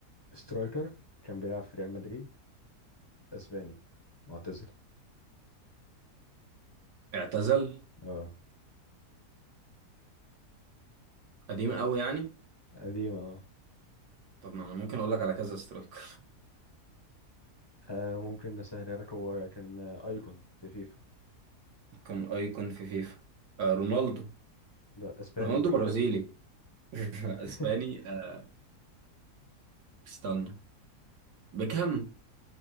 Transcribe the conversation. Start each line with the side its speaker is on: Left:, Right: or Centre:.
Left: سترايكر كان بيلعب في ريال مدريد اسباني معتزل
Right: اعتزل
Left: اه
Right: قديم قوي يعني
Left: قديم اه
Right: طب ما انا ممكن اقول لك على كذا سترايكر
Left: آه، ممكن نسهلها لك هو كان آه، ايكون في فيفا
Right: <laughs> كان ايكون في فيفا آه رونالدو
Left: ده اسباني
Right: رونالدو
Left: بقى
Right: برازيلي <laughs>
Left: <laughs>
Right: اسباني آه استنى بيكهام